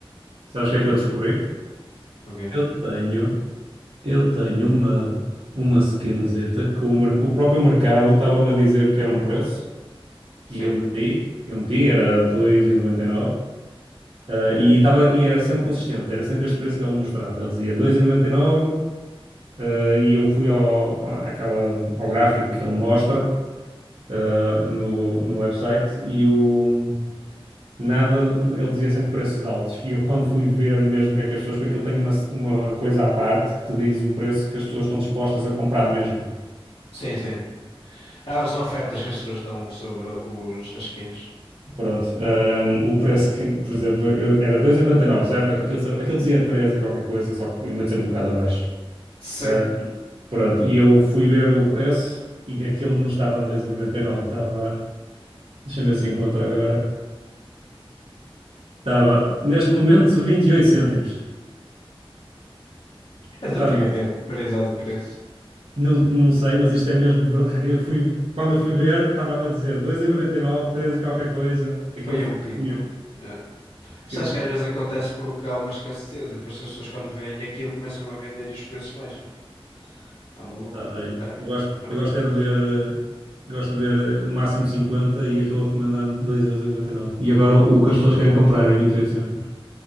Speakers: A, on the right (about 85°); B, on the left (about 70°).
A: Sabes o que é que eu descobri?
B: Ok?
A: Eu tenho, eu tenho uma, uma skinzita que o, mer- o próprio mercado estava-me a dizer que era um preço
B: Sim.
A: e eu meti, eu meti, era 2,99 eh, e, estava, e tava, e era sempre consistente, era sempre este preço que ele me mostrava. Ele dizia 2,99 eh, e nove, ah, e eu fui ao, à- àquela, ao gráfico que ele mostra eh, no, no website e o nada, ele dizia sempre preços altos. E eu, quando fui ver mesmo o que é que as pessoas, porque aquilo tem uma, uma coisa à parte que te diz o preço que as pessoas estão dispostas a comprar mesmo.
B: Sim, sim. As ofertas que as pessoas dão sobre os, as skins.
A: Pronto, hum, o preço que, por exemplo, eu- era 2,99, certo? É que Aquilo, aquilo dizia 3 e qualquer coisa, só que eu meto sempre um bocado abaixo.
B: Sim.
A: Ah, pronto, e eu fui ver o preço e aquilo não estava a 2,99, estava, deixa-me ver se encontro agora, estava neste momento 28 cêntimos.
B: Até
A: Portanto,
B: porque é que é de paridade de preço.
A: Não, não sei, mas isto é mesmo verdade. Eu fui, quando eu fui ver, estava-me a dizer 2,99, 13 e nove, treze e qualquer coisa. Aquele
B: Foi
A: fofinho
B: um pico. É. Sabes
A: que eu tenho.
B: que às vezes acontece porque há uma escassez e depois as pessoas quando veem aquilo começam a vender e os preços baixam. Ah, maluco.
A: Está bem.
B: É,
A: Eu
B: mu-
A: gosto,
B: há
A: eu
B: muito
A: gosto
B: preço.
A: é de ver, eh, gosto de ver eh, o máximo 50 e aquele a recomendar-me 2,99€. E noventa e nove. E agora o que as pessoas querem comprar é 28 cêntimos.